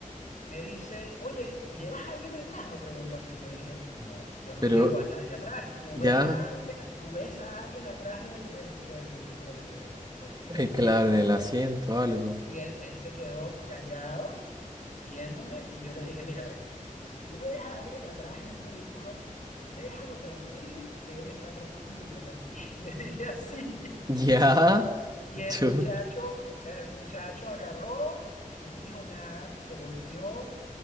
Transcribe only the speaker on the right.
pero
ya,
eh,
claro, en el asiento algo.
Ya, <laughs>
chut,